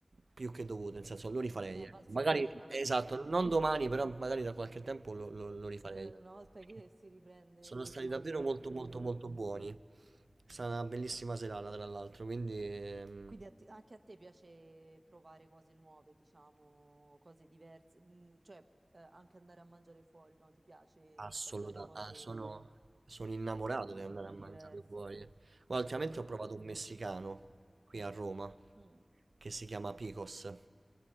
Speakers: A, on the right (about 75°); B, on the right (about 55°).
A: più che dovuto, nel senso lo rifarei.
B: ne è
A: ecco.
B: valsa
A: Magari,
B: la pena.
A: esatto, non domani, però magari da qualche tempo lo, lo- lo
B: <laughs>
A: rifarei.
B: Una volta
A: Perché
B: che si riprende
A: Sono
B: lo
A: stati
B: smalto
A: davvero molto molto
B: dei denti.
A: molto buoni. È stata una bellissima serata, tra l'altro, quindi... ehm,
B: Quindi a te- anche a te piace provare cose nuove, diciamo, cose diverse, Mm, cioè eh, anche andare a mangiare fuori, no? Ti piace
A: Assolutamente,
B: assaggiare cose, eh,
A: sono, sono innamorato di
B: cibi
A: andare a mangiare
B: diversi.
A: fuori. Guarda, ultimamente
B: Ah,
A: ho provato
B: ah.
A: un messicano qui a Roma
B: Mm,
A: che si chiama Picos.